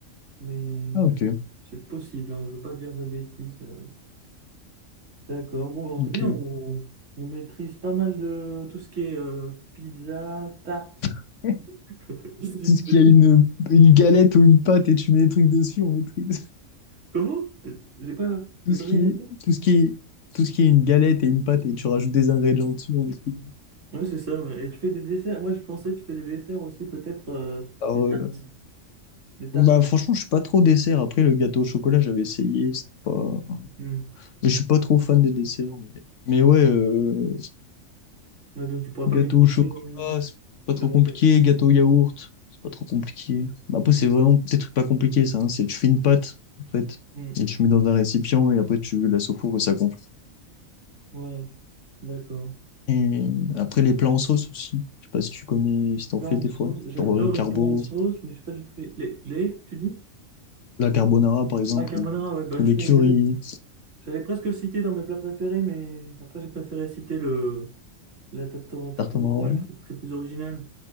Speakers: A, on the right (about 65°); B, on the left (about 65°).
A: Mais
B: Ah ok,
A: c'est possible, hein, je veux pas dire de bêtises. euh. D'accord, bon, bon,
B: ok.
A: c'est bien, on, on maîtrise pas mal de tout ce qui est euh, pizza, tarte.
B: <laughs>
A: <laughs>
B: Tout ce qui a une, une galette ou une pâte et tu mets des trucs dessus, on maîtrise.
A: Comment? J'ai pas,
B: Tout
A: j'ai
B: ce
A: pas bien
B: qui
A: compris.
B: est, tout ce qui est, tout ce qui est une galette et une pâte et tu rajoutes des ingrédients dessus, on maîtrise.
A: Oui, c'est ça. ouais. Et tu fais des desserts. Moi, je pensais que tu fais des desserts aussi, peut-être euh,
B: Alors,
A: des tartes.
B: euh,
A: Des tartes.
B: bah franchement, je suis pas trop dessert. Après, le gâteau au chocolat, j'avais essayé, c'est pas...
A: Hmm.
B: Mais je suis pas trop fan des desserts. Mais, mais ouais, euh,
A: Ouais, donc, tu pourras
B: Gâteau
A: pas m'expliquer
B: au chocolat,
A: euh,
B: c'est pas trop
A: de recette.
B: compliqué. Gâteau au yaourt, c'est pas trop compliqué. Bah, Après, c'est vraiment des trucs pas compliqués, ça. hein. C'est tu fais une pâte, en fait,
A: Hmm.
B: et tu mets dans un récipient, et après tu laisses au four et ça gonfle.
A: Ouais, d'accord.
B: Et après,
A: Bon.
B: les plats en sauce aussi. Je sais pas si tu connais, si t'en
A: Plats
B: fais
A: en
B: des
A: sauce.
B: fois.
A: J'adore
B: Genre euh, les
A: les
B: carbo,
A: plats en sauce, mais je sais pas du tout les. Les, les tu dis?
B: la carbonara, par exemple,
A: Ah, carbonara,
B: ou
A: ouais, bah,
B: poulet
A: c'est-
B: curry,
A: j'allais j'allais presque le citer dans mes plats préférés, mais après, j'ai préféré citer le, la tarte, tarte
B: tarte
A: au
B: au maroilles.
A: maroilles, c'est c'est plus original.